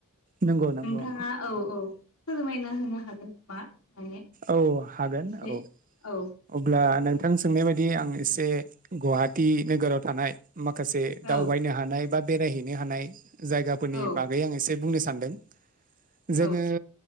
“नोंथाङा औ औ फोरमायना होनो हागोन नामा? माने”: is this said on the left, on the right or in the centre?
Left